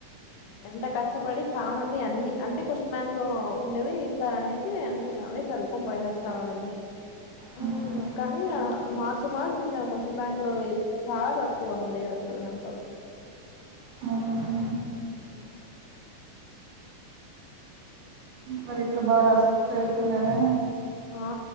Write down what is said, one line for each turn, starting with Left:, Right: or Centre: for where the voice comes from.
Left: ఎంత కష్టపడి చాలా మంది అన్ని అంటే క్వశ్చన్ బ్యాంక్ లో ఉండేవి ఇస్తారు అనేసి అన్ని అవే చదువుకొని పోయినారు చాలా మంది ఆ
Right: హ్మ్.
Left: కానీ మార్చి మార్చి ఇచ్చినారు క్వశ్చన్ బ్యాంక్ లోవి చాలా తక్కువ ఉండేవి అసలు దాంతో
Right: అవునా?
Left: మ్
Right: మరి ఇట్ల బాగా రాసు చదువుతున్నారా
Left: ఆ